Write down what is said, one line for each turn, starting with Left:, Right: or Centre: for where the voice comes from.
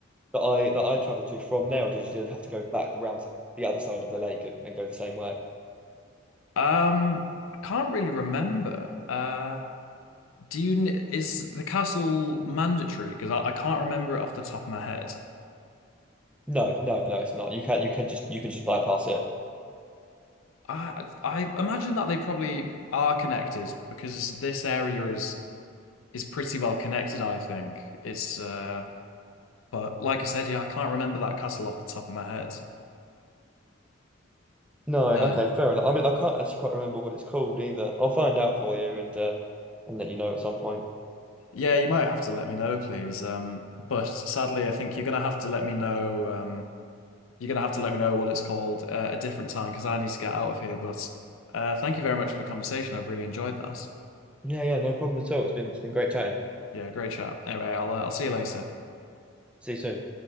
Centre: that I that I traveled to from there, or did you have to go back around to the other side of the lake and, and go the same way?
Left: Um, I can't really remember. Uh. Do you kn- is the castle mandatory? Because I, I can't remember it off the top of my head.
Centre: No, no, no, it's not. You can you can just you can just bypass it.
Left: I I imagine that they probably are connected because this area is is pretty well connected, I think. It's uh but like I said, yeah, I can't remember that castle off the top of my head.
Centre: No, okay,
Left: Uh
Centre: fair enough. I mean, I can't actually quite remember what it's called either. I'll find out for you and uh, and let you know at some point.
Left: yeah, you might have to let me know, please. Um but sadly I think you're gonna have to let me know um you're gonna have to let me know what it's called uh, a different time because I need to get out of here. But uh thank you very much for the conversation. I've really enjoyed that.
Centre: Yeah, yeah, no problem at all. It's been it's been great chatting.
Left: Yeah, great chat. Anyway, I'll uh, I'll see you later.
Centre: See you soon.